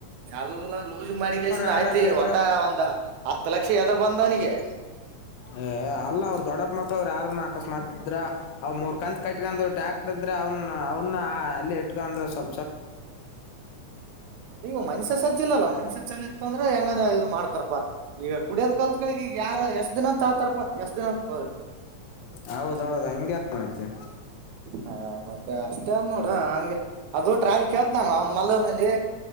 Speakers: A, on the right; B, on the left.
A: ಎಲ್ಲ ಲೂಜ ಮಾಡಿಗೈಸನ್
B: ಯಾರಾದ್ರ
A: ಆಯ್ತಿ
B: ಇದ್ರ
A: ಒಟ್ಟ ಒಂದ ಹತ್ತು ಲಕ್ಷ ಎದ್ರ ಬಂದವನಿಗೆ
B: ಏ ಅಲ್ಲ ಅವ್ರ ದೊಡ್ಡಪ್ಪ ಮಕ್ಕಳು ಆರ ಅಕಸ್ಮಾತ್ ಇದ್ರ ಅವ್ರ್ ಕಂತ ಕಟ್ಕೊಂಡ ಟ್ಯಾಕ್ಟರ್ ಅ್ರ ಅವ ಅವನ ಅಲ್ಲಿ ಸ
A: ಅಲ್ಲಿವು ಮನುಷ್ಯ ಸಜ್ಜಿಲ್ಲಲ್ಲ ಮನುಷ್ಯ ಚಲ ಇತ್ತು ಅಂದ್ರೆ ಹೆಂಗಾನ ಇ್ ಮಾಡ್ತಾರಪ್ಪಾ ಈಗ ಕುಡಿಯದ್ ಕಾಲತ್ಗಳಿಗೆ ಯಾರ ಎಷ್ಟ ದಿನ ತಾತಾರಪಾ ಎಷ್ಟ್ ದಿನ ಅಂತ ಬದುಕ್ತಾರ
B: ಹೌದೌದು ಹಂಗಗೆ ಆರ್ತೆ
A: ಹ ಮತ್ತೆ ಅಷ್ಟೇ ಅದ ನೋಡ ಹಂಗಗೆ ಅದು ಟ್ರಾಲಿ ಕೇತ್ ನಾನು ಅವ್ನ್ ಮಲ್ಲೂನಲ್ಲಿ